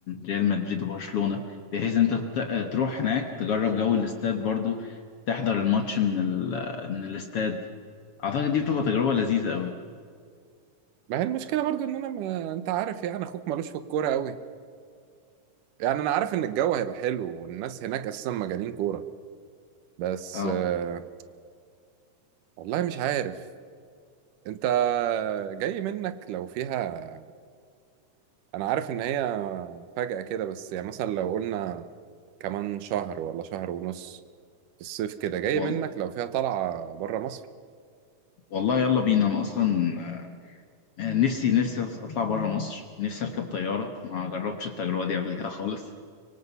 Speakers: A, on the left (about 60°); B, on the right (about 75°).
A: ريال مدريد وبرشلونة بحيث انت ت- آه، تروح هناك تجرب جو الاستاد برضو تحضر الماتش من ال... من الاستاد اعتقد دي بتبقى تجربة لذيذة قوي
B: ما هي المشكلة برضو إن أنا ما... أنت عارف يعني أخوك ملوش في الكورة أوي يعني أنا عارف إن الجو هيبقى حلو والناس هناك أساسا مجانين كورة بس
A: اه
B: آه، والله مش عارف أنت جاي منك لو فيها انا عارف ان هي فجأة كده بس يعني مثلا لو قلنا كمان شهر ولا شهر ونص في الصيف كده جاي
A: وال...
B: منك لو فيها طلعة بره مصر
A: والله يلا بينا انا اصلا آه، نفسي نفسي اطلع بره مصر نفسي اركب طيارة ما جربتش التجربة دي قبل كده خالص